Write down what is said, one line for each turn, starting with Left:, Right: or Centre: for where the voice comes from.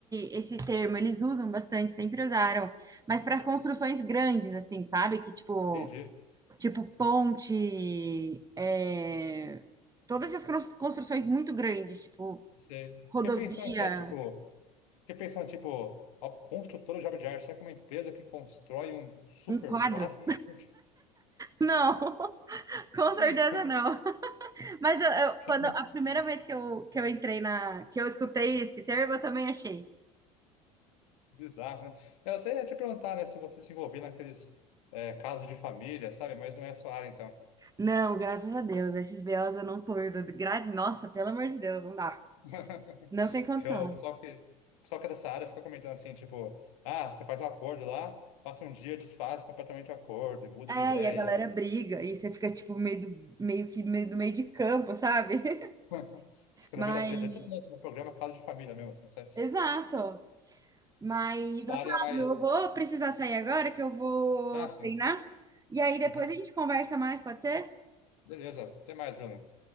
Right: esse termo, eles usam bastante, sempre usaram, mas para construções grandes, assim, sabe? Que tipo,
Left: entendi.
Right: tipo ponte, é, todas essas cons- construções muito grandes, tipo
Left: Sei.
Right: rodovia,
Left: Fiquei pensando até, tipo, fiquei pensando, tipo, a construtora de obra de arte, será que é uma empresa que constrói um super
Right: um quadro.
Left: quadro gigante?
Right: Não, <laughs> com
Left: <laughs>
Right: certeza não. Mas eu, eu-
Left: Que
Right: quando a primeira vez que eu, que eu entrei na, que eu escutei esse termo, eu também achei.
Left: Bizarro, né? Eu até ia te perguntar, né, se você se envolvia naqueles eh, casos de família, sabe? Mas não é a sua área, então.
Right: Não, graças a Deus. Esses BOs eu não curto. Gra... Nossa, pelo amor de Deus, não dá.
Left: <laughs>
Right: Não tem condição.
Left: Que o pessoal que, o pessoal que é dessa área fica comentando assim, tipo, ah, você faz um acordo lá, passa um dia, desfaz completamente o acordo, e muda
Right: É,
Left: de ideia,
Right: e a galera
Left: e
Right: briga, e você fica, tipo, meio do, meio que meio do meio de campo, sabe? <laughs>
Left: <laughs> você fica
Right: Mas,
Left: no meio da treta, literalmente, no programa Casa de Família mesmo, assim, sabe?
Right: exato. Mas,
Left: Sua
Right: Otávio,
Left: área é mais.
Right: eu vou precisar sair agora, que eu vou
Left: Ah, sim.
Right: treinar. E aí depois
Left: Uhum.
Right: a gente conversa mais, pode ser?
Left: Beleza, até mais, Bruno.